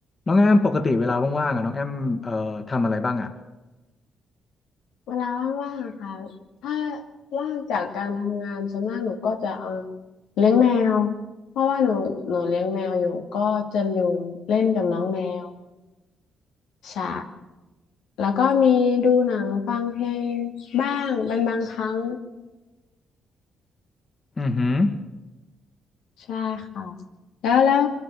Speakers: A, on the left; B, on the left.
A: น้องแอมปกติเวลาว่างๆอ่ะน้องแอมเอ่อทำอะไรบ้างอ่ะ
B: เวลาว่างๆอะค่ะถ้าว่างจากการทำงานส่วนมากหนูก็จะเออเลี้ยงแมวเพราะว่าหนูหนูเลี้ยงแมวอยู่ก็จะอยู่เล่นกับน้องแมวใช่แล้วก็มีดูหนังฟังเพลงบ้างเป็นบางครั้ง
A: อือหือ
B: ใช่ค่ะแล้วแล้ว